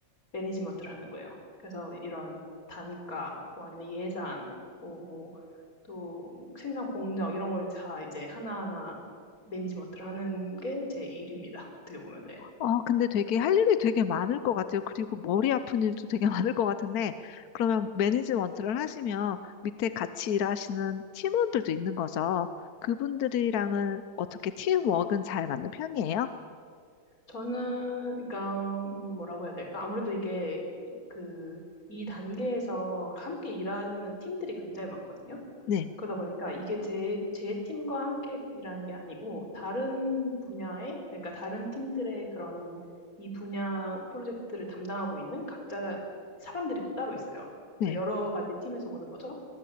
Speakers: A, on the left (about 40°); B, on the left (about 60°).
A: 매니지먼트를 하는 거예요. 그래서 이런 단가, 뭐 아니면 예산, 뭐 또 생산 공정 이런 걸 다 이제 하나하나 매니지먼트를 하는 게 제 일입니다. 어떻게 보면.
B: 어, 근데 되게 할 일이 되게 많을 것 같아요. 그리고 머리 아픈 일도 되게 <laughs> 많을 것 같은데, 그러면 매니지먼트를 하시면 밑에 같이 일하시는 팀원들도 있는 거죠. 그분들이랑은 어떻게 팀워크는 잘 맞는 편이에요?
A: 저는, 그러니까, 음, 뭐라고 해야 될까? 아무래도 이게, 그, 이 단계에서 함께 일하는 팀들이 굉장히 많거든요.
B: 네.
A: 그러다 보니까 이게 제, 제 팀과 함께 일하는 게 아니고, 다른 분야의, 그러니까 다른 팀들의 그런, 이 분야 프로젝트를 담당하고 있는 각자 사람들이 또 따로 있어요.
B: 네.
A: 그래서 여러 가지 팀에서 오는 거죠.